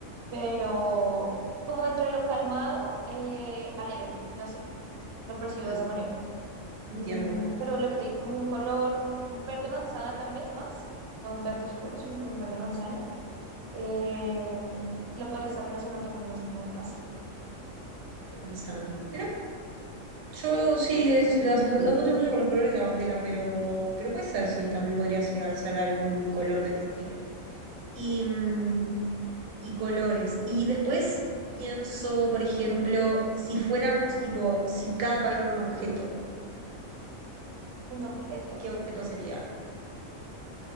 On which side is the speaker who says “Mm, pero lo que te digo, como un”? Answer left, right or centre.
Right